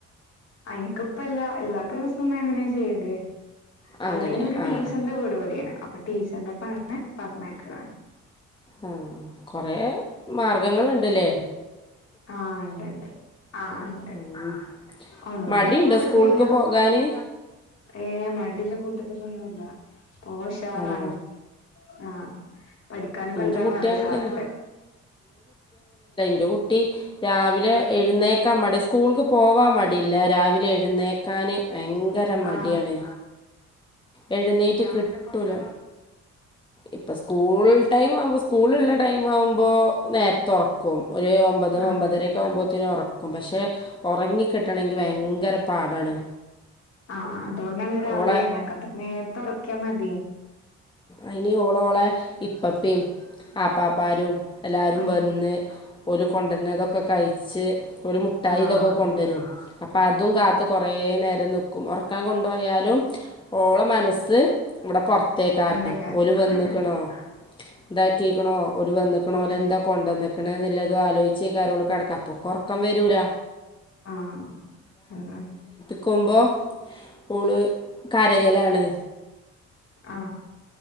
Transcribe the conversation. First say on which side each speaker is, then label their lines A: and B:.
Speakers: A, on the left; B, on the left.
A: എനിക്ക് ഇപ്പല്ല ഇല്ലാത്ത ദിവസം ഞാൻ എങ്ങനെയാ ചെയ്യല്
B: അങ്ങനെ
A: അല്ലെങ്കിൽ ഒരു ടീച്ചറിന്റെ
B: ആഹ്
A: വീട് ഇവിടെയാണ് അപ്പൊ ടീച്ചറിന്റെപ്പം അങ്ങനെ പറഞ്ഞേക്കാ
B: ആ കൊറെ മാർഗങ്ങള്ണ്ട ഉണ്ട് ഇലെ
A: ആ ഇണ്ട്ണ്ട് ആ ഇണ്ട്
B: ഉം
A: ഒന്നുലത്തപ്പോ
B: മടിയുണ്ടോ
A: വിടലില്ല
B: സ്കൂൾക്ക് പോകാന്
A: ഏ മടിള്ള കൂട്ടത്തിലൊന്നും ല്ല ഒ ഉഷാറാണ്
B: ആണോ
A: ആ പഠിക്കാനും കളിക്കാനും
B: ഇന്റെ കുട്ടി
A: നല്ല
B: അങ്ങനെ
A: ഉഷാറല്ലേ
B: ൻ്റകുട്ടി രാവിലെ എഴുന്നേക്കാൻ മടി സ്കു സ്കൂൾക്ക് പോവാൻ മടിയില്ല രാവിലെ എഴുന്നേക്കാന് ഭയങ്കര
A: ആ
B: മടിയാണ് എഴുന്നേറ്റ് കിട്ടൂല ഇപ്പൊ സ്കൂൾ ടൈം ആവുമ്പോ സ്കൂൾഉള്ള ടൈം ഉണ്ടാവുമ്പോൾ നേരത്ത ഉറക്കും ഒര് ഒമ്പത്
A: ആഹ്
B: ഒമ്പതര ആകുമ്പോ ത്തിന ഉറക്കും പക്ഷെ ഉറങ്ങി കിട്ടണെങ്കിൽ ഭയങ്കര പാടാണ്
A: ആ അ അതൊണ്ടാണ് രാവിലെ
B: ഓളെ
A: എഴുന്നേക്കാത്തത് നേരത്തെ ഉറക്കിയാൽ മതി
B: അയ്ന് ഓളോളെ ഇപ്പപ്പിം ആപ്പാപ്പാരും എല്ലാരും
A: ആഹ്
B: വന്ന് ഒല് കൊണ്ടരുന്നതൊക്കെ കഴിച്ച് ഓല് മുട്ടായി
A: ആഹ്
B: ഇതൊക്കെ കൊണ്ടൊരും അപ്പം അതും കാത്ത് കുറേ നേരം നിക്കും ഉറക്കാൻ കൊണ്ടുപോയാലും ഓളെ മനസ്സ് ഇവിടെ പൊറത്ത് ത്തെ കാരം
A: അതേക്കാരം
B: ഒല് വന്ന്ക്ക്ണോ
A: ആഹ്
B: ന്താ ക്കീകണ് ഒരു വന്നേക്കണും
A: ഉം
B: ഓരെന്താ കൊണ്ട് വന്നേ ക്കണോതുല്ലതും ആലോചിച്ചിക്കാറെ ഒള്ളൂ കിടക്ക അപ്പൊക്കൊറക്കം വരൂല
A: ആഹ് എന്താണ്
B: വക്കുമ്പോ ഓള് കരയലാണ്
A: ആ